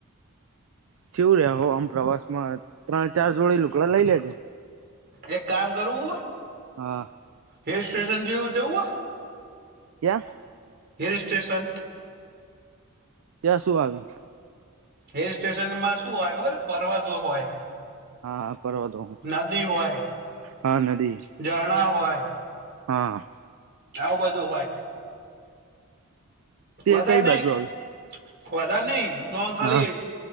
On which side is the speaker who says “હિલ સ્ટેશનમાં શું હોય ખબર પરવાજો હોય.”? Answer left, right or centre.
Right